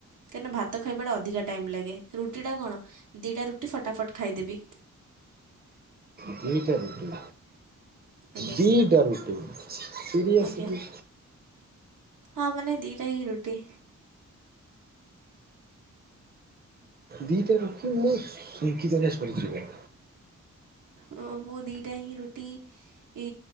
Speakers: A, on the right (about 85°); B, on the right (about 30°).
A: କାହିଁକନା ଭାତ ଭତ ଖାଇବାଟା ଅଧିକା ଟାଇମ୍ ଲାଗେ। ରୁଟିଟା କଣ ଦୁଇଟା ରୁଟି ଫଟାଫଟ ଖାଇଦେବି।
B: ଦିଟା ରୁଟି।
A: ଆଜ୍ଞା
B: ଦିଟା ରୁଟି ସିରିଏସ୍ଲି।
A: ଆଜ୍ଞା। ହଁ ମାନେ ଦିଟା ହୀ ରୁଟି।
B: ଦିଟା ରୁଟି ମୁଁ ସୁଙ୍କି ଦେଲେ ସରିଯିବ।
A: ହଁ ମୁଁ ଦିଟା ହିଁ ରୁଟି ଏ